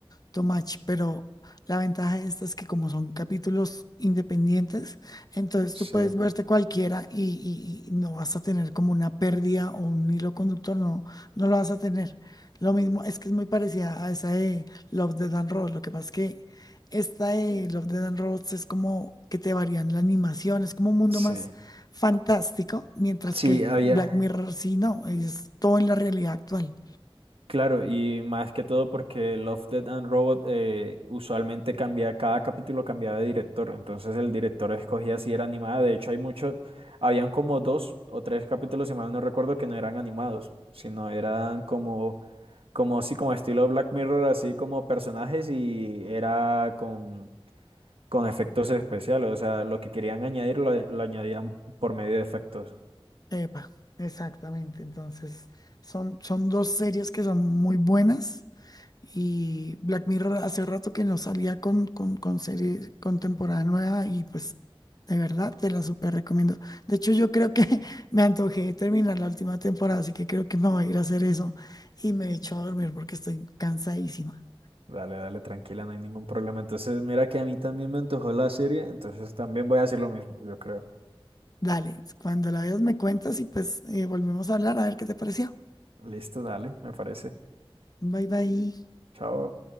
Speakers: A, on the left; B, on the right.
A: too much, pero la ventaja de esta es que como son capítulos independientes, entonces
B: Sí.
A: tú puedes verte cualquiera y, y- y no vas a tener como una pérdida o un hilo conductor, no, no lo vas a tener. Lo mismo es que es muy parecida a esa de Love, Death and Robots, lo que pasa es que esta de Love, Death and Robots es como que te varían la animación, es como un mundo
B: Sí,
A: más fantástico, mientras
B: sí,
A: que
B: había,
A: Black Mirror sí, no, es todo en la realidad actual.
B: claro, y más que todo porque Love, Death and Robot eh, usualmente cambia, cada capítulo cambiaba de director, entonces el director escogía si era animada, de hecho hay muchos, habían como dos o tres capítulos, si mal no recuerdo, que no eran animados, sino eran como, como así, como estilo Black Mirror, así como personajes y era con, con efectos especiales, o sea, lo que querían añadir lo lo añadían por medio de efectos.
A: Epa, exactamente. Entonces, son, son dos series que son muy buenas. Y Black Mirror hace rato que no salía con, con, con serie, con temporada nueva y pues de verdad te la súper recomiendo. De hecho, yo creo que <laughs> me antojé de terminar la última temporada, así que creo que me voy a ir a hacer eso y me echo a dormir porque estoy cansadísima.
B: Dale, dale, tranquila, no hay ningún problema. Entonces, mira que a mí también me antojó la serie, entonces también voy a hacer lo mismo, yo creo.
A: Dale, cuando la veas me cuentas y pues eh, volvemos a hablar a ver qué te pareció.
B: Listo, dale, me parece.
A: Bye bye.
B: Chao.